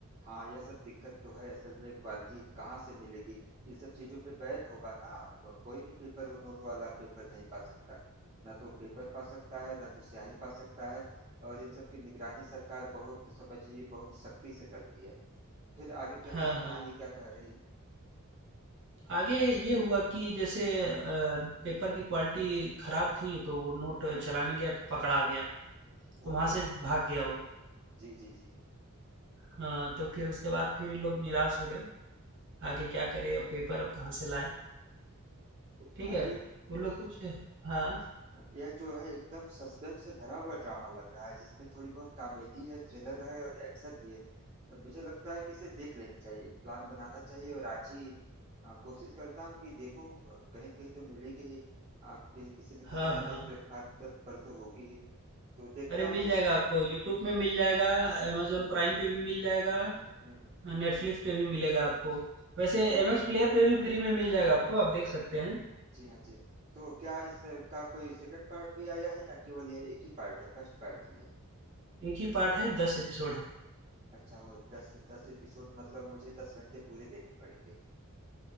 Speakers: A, on the right; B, on the right.
A: हाँ यह सब दिक्कत तो है असल में क्वालिटी कहाँ से मिलेगी इन सब चीजों पे बैन होगा ना व- कोई भी पेपर वो नोट वाला पेपर नहीं पा सकता ना तो पेपर पा सकता है ना तो स्याही पा सकता है और इन सब की निगरानी सरकार बहुत समझिए बहुत सख्ती से करती है फिर आगे क्या
B: हाँ
A: हुआ कहानी
B: हाँ
A: क्या कह रही है
B: आगे ये हुआ कि जैसे अ, पेपर की क्वालिटी खराब थी तो वो नोट
A: हम्म हम्म
B: चलाने गया तो पकड़ा गया तो वहां
A: ओह
B: से भाग गया वो
A: जी जी जी
B: हाँ तो फिर उसके बाद फिर ये लोग निराश हो गए आगे क्या करे अब पेपर अब कहाँ से लाए
A: तो
B: ठीक
A: भाई
B: है तो वो लोग कुछ हाँ
A: हम्म यह जो है एकदम सस्पेंस से भरा हुआ ड्रामा लग रहा है जिसमें थोड़ी बहुत कॉमेडी है थ्रिलर है और एक्शन भी है तो मुझे लगता है कि इसे देख लेनी चाहिए प्लान बनाना चाहिए और आज ही अ, कोशिश करता हूँ कि देखो अ, कहीं न कहीं तो मिलेगी ही अ, कि, किसी न किसी
B: हाँ
A: ऑनलाइन
B: हाँ
A: प्लेटफॉर्म पर तो होगी ही तो देखता
B: अरे मिल
A: हूँ इस
B: जाएगा आपको यूट्यूब में मिल जाएगा amazon प्राइम पे भी मिल जाएगा
A: हम्म हम्म।
B: हाँ, नेटफ्लिक्स पे भी मिलेगा आपको वैसे
A: तो
B: एमएक्स प्लेयर पे भी फ्री में मिल जाएगा आपको आप देख सकते हैं
A: जी हाँ जी तो क्या इसका कोई सेकंड पार्ट भी आया है या केवल यह एक ही पार्ट है फर्स्ट पार्ट ही है
B: एक ही पार्ट
A: ए-
B: है दस एपिसोड है
A: अच्छा वो दस दस एपिसोड मतलब मुझे दस घंटे पूरे देने पड़ेंगे